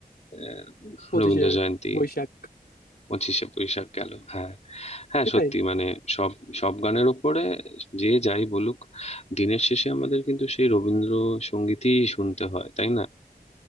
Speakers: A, on the left (about 45°); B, on the left (about 70°).
A: আহ,
B: পঁচিশে
A: রবীন্দ্র জয়ন্তী
B: বৈশাখ
A: পঁচিশে বৈশাখ গেল হ্যাঁ হ্যাঁ
B: এটাই
A: সত্যি মানে সব সব গানের ওপরে যে যাই বলুক দিনের শেষে আমাদের কিন্তু সেই রবীন্দ্রসঙ্গীতই শুনতে হয় তাই না